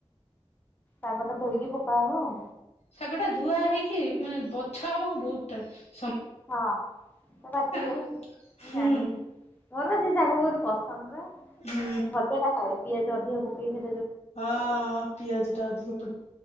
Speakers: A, on the left; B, on the left.
A: ଶାଗଟା ଧୋଇକି ପକା ହବ ଆଉ।
B: ଶାଗ ଟା ଧୁଆ ହେଇକି, ମାନେ ବଛା ହବାକୁ ବହୁତ ଟାଏ
A: ହଁ ସେ ରାତିିକି ରଖିଛି
B: ହବ
A: ମୁଁ
B: ହୁଁ
A: ଜାଣିଛି ମୋର ବା ସେଇ ଶାଗ ବହୁତ ପସନ୍ଦର।
B: ହୁଁ
A: ମୁଁ ଭଜା ଟା ଖାଏ। ପିଆଜ ଅଧିକ ପକେଇରେ
B: ହଁ ପିଆଜ ଟା ଅଧିକ ପଡି